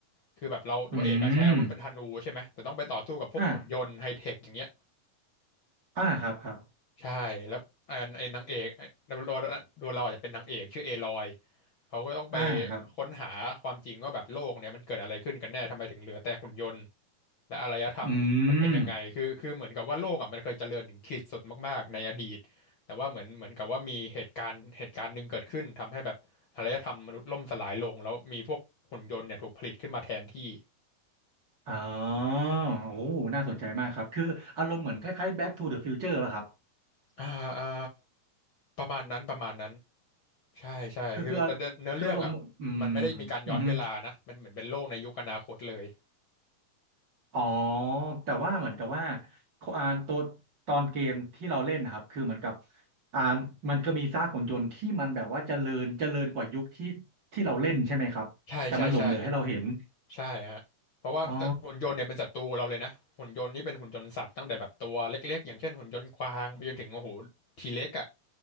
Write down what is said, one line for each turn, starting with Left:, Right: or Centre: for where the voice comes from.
Left: คือแบบเราตัวเอกอะใช้อาวุธเป็นธนูใช่ไหมแต่ต้องไปต่อสู้กับพวกหุ่นยนต์ไฮเทคอย่างเงี้ย
Right: อืมอ่าอ่าครับครับ
Left: ใช่แล้วไอ้ไอ้นางเอกไอ้ตัวตัวเราอาจจะเป็นนางเอกชื่อเอลอยเขาก็ต้องไป
Right: อ่าครับ
Left: ค้นหาความจริงว่าแบบโลกเนี่ยมันเกิดอะไรขึ้นกันแน่ทำไมถึงเหลือแต่หุ่นยนต์และอารยธรรมมันเป็นยังไงคือคือเหมือนกับว่าโลกอ่ะมันเคยเจริญถึงขีดสุดมากๆในอดีตแต่ว่าเหมือนเหมือนกับว่ามีเหตุการณ์เหตุการณ์หนึ่งเกิดขึ้นทำให้แบบอารยธรรมมนุษย์ล่มสลายลงแล้วมีพวกหุ่นยนต์เนี่ยถูกผลิตขึ้นมาแทนที่
Right: อืมอ๋อโอ้น่าสนใจมากครับคืออารมณ์เหมือนคล้ายๆ Back to the Future อะครับ
Left: อ่าอ่าประมาณนั้นประมาณนั้นใช่ใช่คือแต่แต่เนื้อเรื่องอ่ะมันไม่ได้มีการย้อนเวลานะมันเหมือนเป็นโลกในยุคอนาคตเลย
Right: คือคือคืออารมณ์อืมอืม อ๋อแต่ว่าเหมือนกับว่าอ่าตัวตอนเกมที่เราเล่นนะครับคือเหมือนกับอ่ามันก็มีซากหุ่นยนต์ที่มันแบบว่าเจริญเจริญกว่ายุคที่ที่เราเล่นใช่ไหมครับแต่มันหลงเหลือให้เราเห็น
Left: ใช่ใช่ใช่ใช่ฮะเพราะว่าแต่หุ่นยนต์เนี่ยเป็นศัตรูเราเลยนะหุ่นยนต์นี่เป็นหุ่นยนต์สัตว์ตั้งแต่แบบตัวเล็กๆอย่างเช่นหุ่นยนต์กวางไปจนถึงโอ้โห
Right: อ๋อ
Left: ทีเล็กอ่ะ